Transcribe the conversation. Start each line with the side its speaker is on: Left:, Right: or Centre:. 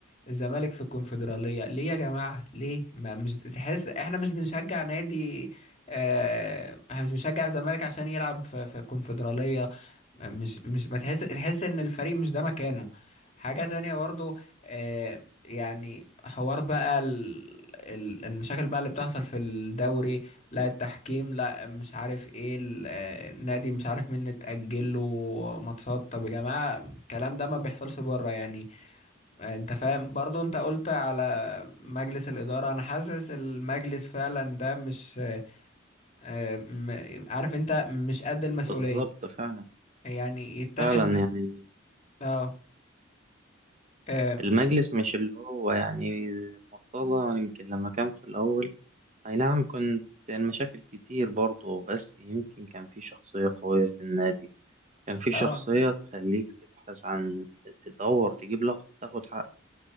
Left: الزمالك في الكونفدرالية ليه يا جماعة ليه ما مش تحس احنا مش بنشجع نادي اه احنا مش بنشجع الزمالك عشان يلعب في في الكونفدرالية مش مش ما تحس تحس ان الفريق مش ده مكانه حاجة تانية برضو اه يعني حوار بقى ال- ال- المشاكل بقى اللي بتحصل في الدوري لا التحكيم لا مش عارف ايه ال- آه، النادي مش عارف مين اتأجل له ماتشات طب يا جماعة الكلام ده ما بيحصلش بره يعني انت فاهم برضو انت قلت على مجلس الإدارة انا حاسس المجلس فعلا ده مش آه، م- عارف انت مش قد المسؤولية
Right: بالظبط فعلا
Left: يعني يتاخد
Right: فعلا
Left: من
Right: يعني
Left: اه اه
Right: المجلس مش اللي هو يعني مرتضى يمكن لما كان في الأول أي نعم كنت المشاكل كتير برضه بس يمكن كان في شخصية قوية في النادي كان في شخصية
Left: آه،
Right: تخليك تبحث عن تدور تجيب لقب تاخد حقك